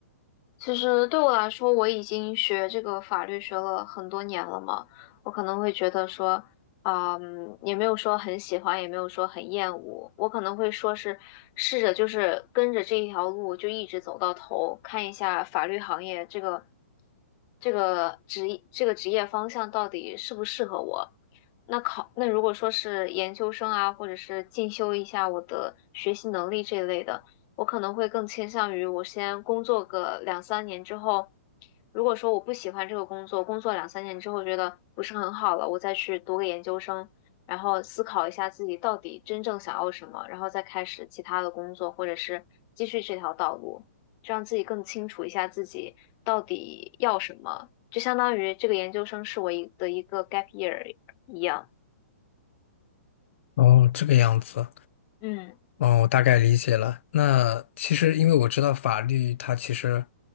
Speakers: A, on the left (about 35°); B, on the left (about 55°).
A: 其实对我来说，我已经学这个法律学了很多年了嘛，我可能会觉得说，啊嗯，也没有说很喜欢，也没有说很厌恶，我可能会说是试着就是跟着这一条路就一直走到头，看一下法律行业这个这个职这个职业方向到底适不适合我。那考，那如果说是研究生啊，或者是进修一下我的学习能力这一类的。我可能会更倾向于我先工作个两三年之后，如果说我不喜欢这个工作，工作两三年之后觉得不是很好了，我再去读个研究生，然后思考一下自己到底真正想要什么，然后再开始其他的工作，或者是继续这条道路，这样自己更清楚一下自己到底要什么，就相当于这个研究生是我一的一个 gap year 一样。
B: 哦，这个样子。
A: 嗯，
B: 哦，我大概理解了。那其实，因为我知道法律它其实